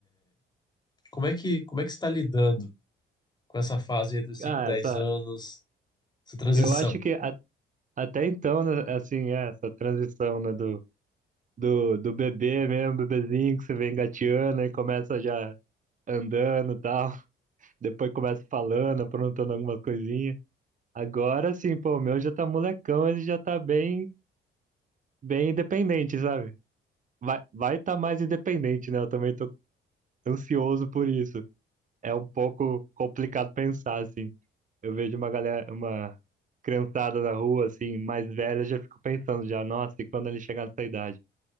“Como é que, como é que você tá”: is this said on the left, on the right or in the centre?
Left